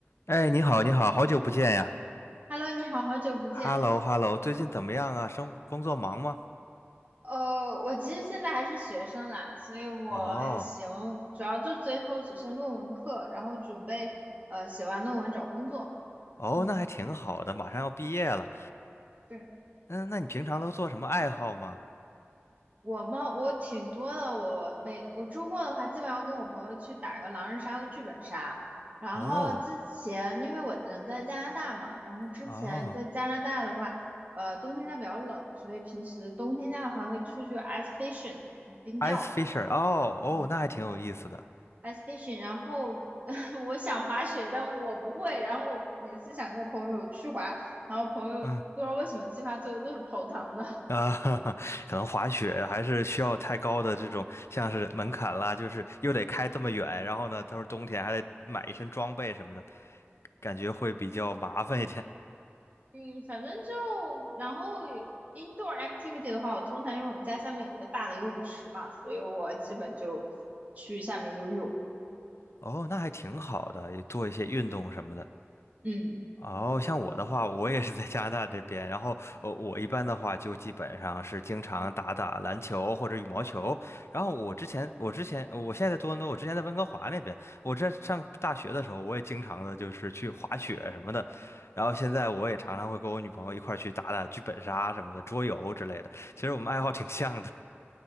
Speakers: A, on the left; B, on the right.
A: 哎，你好，你好，好久不见呀
B: Hello，你好，好久不见。
A: ！Hello，Hello，最近怎么样啊？生活工作忙吗？
B: 呃，我其实现在还是学生啦，所以我还行，
A: 哦，
B: 主要就最后只剩论文课，然后准备呃写完论文找工作。
A: 哦，
B: 嗯，
A: 那还挺好的，马上要毕业了。
B: 对，
A: 嗯，那你平常都做什么爱好吗？
B: 我嘛，我挺多的，我每我周末的话，基本上跟我朋友去打个狼人杀和剧本杀。然后之前因为我人在加拿大嘛，
A: 哦，
B: 然后之前在加拿大的话，
A: 哦
B: 呃，冬天家比较冷，所以平时冬天家的话会出去 ice fishing 嗯冰钓。
A: ，ice fisher，哦，哦，
B: 嗯。
A: 那还挺有意思的。
B: ice f i s h i n 然后 <laughs> 我想滑雪，但我不会。然后我每次想跟我朋友去滑，然后朋友不知道为什么计划最后都是泡汤的。
A: 嗯
B: <laughs>
A: 啊，<laughs> 哈哈，可能滑雪还是需要太高的这种像是门槛啦，就是又得开这么远，然后呢，都是冬天还得买一身装备什么的，感觉会比较麻烦一点。
B: 嗯，反正就然后 indoor activity 的话，我通常因为我们家下面有一个大的游泳池嘛，所以我基本就去下面游泳。
A: 哦，那还挺好的，也做一些运动什么的。
B: 嗯，
A: 哦，像我的话，我也是在加拿大这边，然后呃，我一般的话就基本上是经常打打篮球或者羽毛球。然后我之前，我之前，我现在在多伦多，我之前在温哥华那边，我在上大学的时候，我也经常的就是去滑雪什么的。然后现在我也常常会跟我女朋友一块儿去打打剧本杀什么的，桌游之类的。其实我们爱好挺像的。